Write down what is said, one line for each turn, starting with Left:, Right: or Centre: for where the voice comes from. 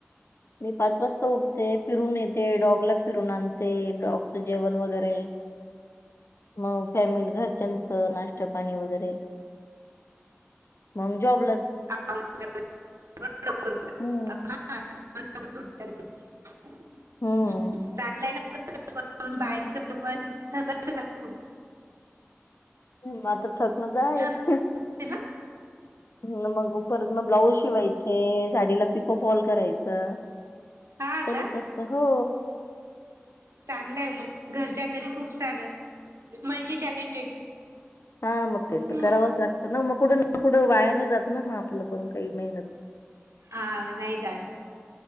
Left: मी पाच वाजता उठते फिरून येते डॉगला फिरून आणते डॉगचं जेवण वगैरे मग फॅमिली घरच्यांचं नाश्त पाणी वगैरे मग जॉ
Right: आमच्या वेळी रोज लवकर उठायचं
Left: हम्म.
Right: रोज लवकर उठून
Left: हम्म,
Right: चांगलं हाय ना. घरचं पणं, बाहेरच पण थकत असाल खूप.
Left: म आता थकन तर हायच.
Right: थक असेल ना?
Left: म्हणलं बघु परत म ब्लाऊज शिवायचे, साडीला पिको फॉल करायचं.
Right: हां
Left: चालूच
Right: का?
Left: असतं हो.
Right: चांगलं हाय मग, घरच्या घरी खूप सारं, मल्टी टॅलेंटेड. <unintelligible>
Left: हा मग ते तर
Right: हम्म
Left: करावंच लागतं ना, मग कुठे ना कुठं वाया नाई जात ना? मग आपलं काही मेहनत.
Right: हा नाही जात.